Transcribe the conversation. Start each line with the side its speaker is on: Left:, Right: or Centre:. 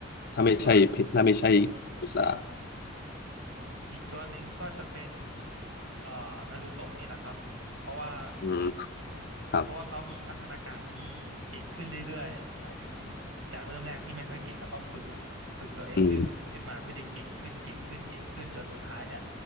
Left: ถ้าไม่ใช่เพถ้าไม่ใช่
Right: ตัวหลัก
Left: อุตสาห
Right: อีกตัวหนึ่งก็จะเป็นเอ่อนารูโตะนี่แหละครับ เพราะว่า
Left: อืมครับ
Right: เพราะว่าเขามีพัฒนาการที่เก่งขึ้นเรื่อยๆหมายถึงจากเริ่มแรกที่ไม่ค่อยเก่งแล้วก็ฝึก ฝึกตัวเองขึ้นขึ้นมาเพื่อจะเก่งขึ้นเก่งขึ้นเก่งขึ้นจนสุดท้ายเนี่ย
Left: อืม